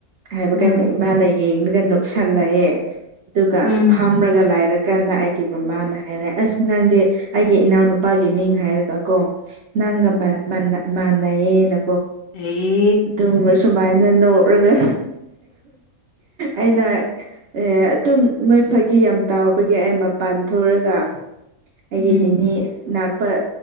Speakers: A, on the right; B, on the left.
A: ꯍꯥꯏꯕ
B: ꯎꯝ
A: ꯀꯥꯟꯗ ꯏꯃꯥꯅ ꯌꯦꯡꯂꯒ ꯅꯣꯛꯁꯜꯂꯑꯦ ꯑꯗꯨꯒ
B: ꯎꯝ
A: ꯐꯝꯔꯒ ꯂꯥꯏꯔꯒ ꯀꯗ ꯑꯩꯒꯤ ꯃꯃꯥꯅ ꯍꯥꯏꯔꯦ ꯑꯁ ꯅꯪꯗꯤ ꯑꯩꯒꯤ ꯏꯅꯥꯎꯅꯨꯄꯥꯒꯤ ꯃꯤꯡ ꯍꯥꯏꯔꯒ ꯀꯣ ꯅꯪꯃ ꯃꯅꯥ ꯃꯥꯅ ꯌꯦꯅ
B: ꯑꯩ
A: ꯑꯗꯨꯒꯨꯝꯕ ꯁꯨꯃꯥꯏꯅ ꯅꯣꯛꯔꯒ ꯑꯩꯅ ꯑꯦ ꯑꯗꯨꯝ ꯅꯣꯏ ꯐꯥꯒꯤ ꯌꯥꯝ ꯇꯥꯎꯕꯒꯤ ꯑꯩ ꯃꯄꯥꯟ ꯊꯣꯛꯑꯒ ꯑꯩꯒꯤ
B: ꯎꯝ
A: ꯅꯤꯅꯤ ꯅꯥꯛꯄ